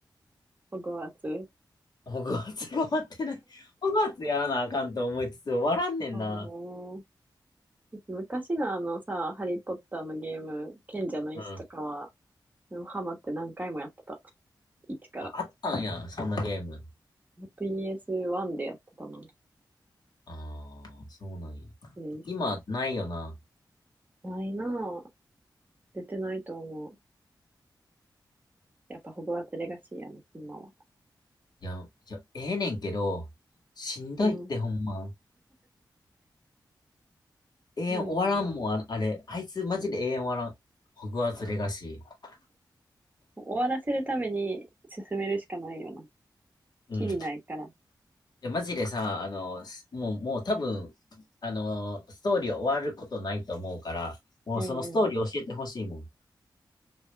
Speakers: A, on the right; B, on the left.
A: <laughs> ホグワーツ。
B: ホグワーツが <laughs> 終わってない。ホグワーツやらなあかんと思いつつ終わらんねんな。
A: そうね。昔のあのさ、ハリーポッターのゲーム、賢者の石とかは、
B: うん。
A: でもハマって何回もやってた。一から。
B: あ、あったんや、そんなゲーム。
A: PS1 でやってたな。
B: ああ、そうなんや。
A: プレイステーション。
B: 今、ないよな。
A: ないなぁ。出てないと思う。やっぱホグワーツレガシーやな、今は。
B: いや、いや、ええねんけど、しんどいってほんま。
A: うん。
B: 永遠終わらんもん、
A: ないよな
B: あ、あれ。あいつマジで永遠終わらん。
A: ぁ。うん。
B: ホグワーツレガシー。
A: 終わらせるために進めるしかないよな。
B: うん。
A: きりないから。
B: や、マジでさ、あの、すもう、もう多分、あの、ストーリー終わることないと思うから、もうそのストーリー教えてほしいもん。
A: うん